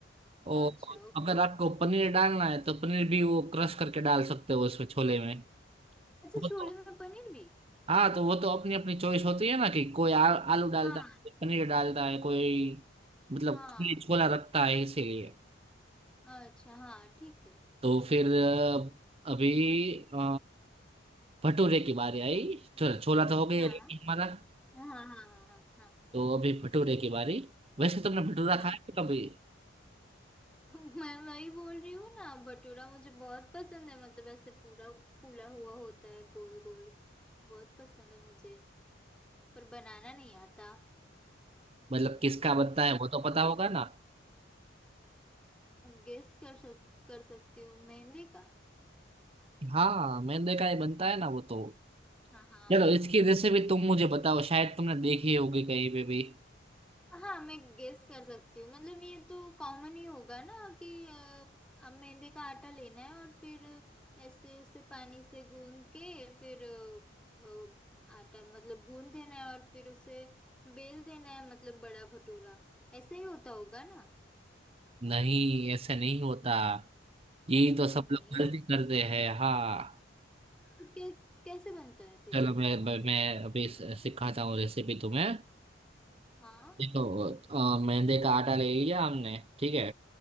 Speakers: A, on the right; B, in the centre.
A: और
B: अच्छा ओके
A: अगर आपको पनीर डालना है तो पनीर भी वो क्रश करके डाल सकते हो उसमें छोले में
B: अच्छा
A: वो
B: छोले
A: तो
B: में पनीर भी
A: हाँ तो वो तो अपनी अपनी चॉइस होती है ना कि कोई आ, आलू डालता
B: हाँ
A: है कोई पनीर डालता है कोई मतलब
B: हाँ
A: खाली छोला रखता है इसीलिए
B: अच्छा हाँ ठीक है
A: तो फिर अ, अभी अ, भटूरे की बारी आई चलो छोला तो हो गया
B: हाँ
A: ये हमारा
B: हाँ हाँ हाँ हाँ हाँ
A: तो अभी भटूरे की बारी वैसे तुमने भटूरा
B: हाँ
A: खाया है कभी
B: <laughs> मैं वही बोल रही हूँ ना भटूरा मुझे बहुत पसंद है मतलब ऐसे पूरा फूला हुआ होता है गोल गोल बहुत पसंद है मुझे पर बनाना नहीं आता
A: मतलब किसका बनता
B: किस
A: है वो तो पता होगा ना
B: गेस कर सक कर सकती हूँ मेहंदी का
A: हाँ मैंने देखा है बनता है ना वो तो
B: हाँ
A: चलो इसकी रेसिपी तुम मुझे बताओ शायद तुमने देखी होगी कहीं पे भी
B: हाँ मैं गेस कर सकती हूँ मतलब ये तो कॉमन ही होगा ना कि अ, अब मैदे का आटा लेना है और फिर ऐसे उसे पानी से गूंद के फिर अ, अ, आटा मतलब गूंद देना है और फिर उसे बेल देना है मतलब बड़ा भटूरा ऐसा ही होता होगा ना
A: नहीं ऐसे नहीं होता ये तो
B: ऐसा
A: सब
B: नहीं
A: लोग
B: है
A: गलती करते हैं हाँ
B: कै, कैसे बनता है फिर
A: चलो मैं मैं मैं अभी स- सिखाता हूँ रेसिपी तुम्हें
B: हाँ
A: देखो अ, मैदे का आटा ले लिया हमने ठीक है